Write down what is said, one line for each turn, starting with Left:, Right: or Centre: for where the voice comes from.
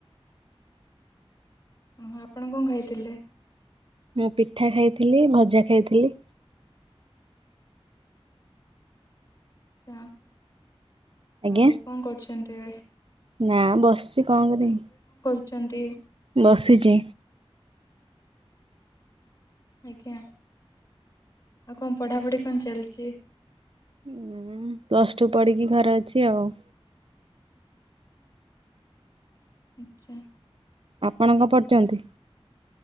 Left: ଓହୋ ଆପଣ କଣ ଖାଇଥିଲେ?
Right: ମୁଁ ପିଠା ଖାଇଥିଲି ଭଜା ଖାଇଥିଲି।
Left: ସେ
Right: ଆଜ୍ଞା
Left: ହଉ କଣ କରୁଛି ଜଛନ୍ତି
Right: ନା ବସିଛି କାଙ୍ଗରେ
Left: ଅଛନ୍ତି।
Right: ବସିଛି।
Left: ଆଜ୍ଞା ଆଉ କଣ ପଢ଼ା ପଢ଼ି କଣ ଚାଲିଛି? ଚି?
Right: ଉଁ ପ୍ଲସ ଟୁ ପଢିକି ଘରେ ଅଛି ଆଉ।
Left: ଆଛା
Right: ଆପଣ କଣ ପଢ଼ିଛନ୍ତି?